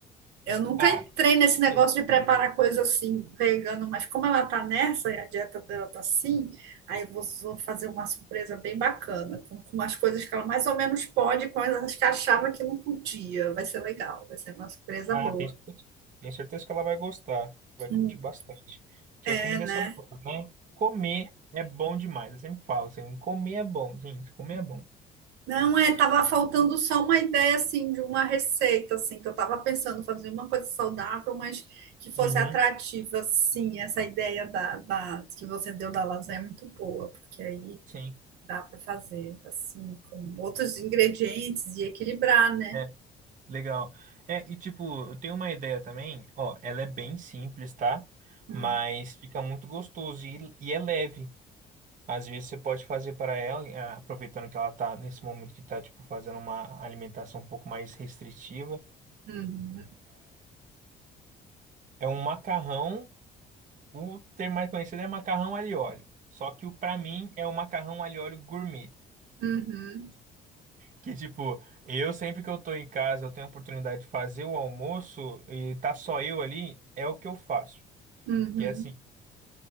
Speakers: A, on the right; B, on the right.
A: Eu nunca
B: Ah,
A: entrei nesse negócio
B: e-
A: de preparar coisa assim, vegano, mas como ela tá nessa e a dieta dela tá assim, aí eu vou, vou fazer uma surpresa bem bacana, com, com umas coisas que ela mais ou menos pode, com as que achava que não podia. Vai ser legal, vai ser uma surpresa
B: ah,
A: boa.
B: tem certeza, tenho certeza que ela vai gostar, vai
A: Hum,
B: curtir bastante. Porque
A: É,
B: a comida
A: né?
B: é saborosa, né? Comer é bom demais, eu sempre falo assim, comer é bom, gente, comer é bom.
A: Não, é, tava faltando só uma ideia, assim, de uma receita, assim, que eu tava pensando fazer uma coisa saudável, mas que fosse
B: Uhum,
A: atrativa, sim, essa ideia da, da- que você deu da lasanha é muito boa, porque aí
B: sim,
A: Dá para fazer assim, com outros ingredientes e equilibrar, né?
B: é, legal. É, e tipo, eu tenho uma ideia também, ó, ela é bem simples, tá?
A: Uhum,
B: Mas fica muito gostoso e, e é leve. Às vezes você pode fazer para ela, eh, aproveitando que ela tá nesse momento que tá, tipo, fazendo uma alimentação um pouco mais restritiva.
A: uhum,
B: É um macarrão O termo mais conhecido é macarrão alho e óleo. Só que o para mim é o macarrão alho e óleo gourmet.
A: uhum,
B: Que tipo, eu sempre que eu tô em casa, eu tenho a oportunidade de fazer o almoço e tá só eu ali, é o que eu faço.
A: uhum,
B: Que é assim,